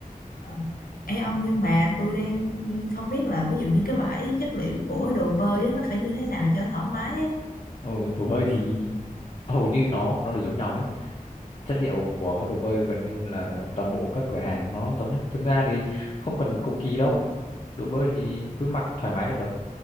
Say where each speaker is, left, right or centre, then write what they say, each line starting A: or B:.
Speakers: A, on the left (about 80°); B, on the left (about 40°).
A: Ờ. Ê ông nhưng mà tôi đang không biết là ví dụ như cái vải chất liệu của đồ bơi á, nó phải như thế nào cho thoải mái ấy.
B: ừ, đồ bơi thì hầu như nó nó đều giống nhau hết chất liệu của các đồ bơi gần như là toàn bộ các cửa hàng nó giống nhau thực ra thì không cần cầu kỳ đâu đồ bơi thì cứ mặc thoải mái là được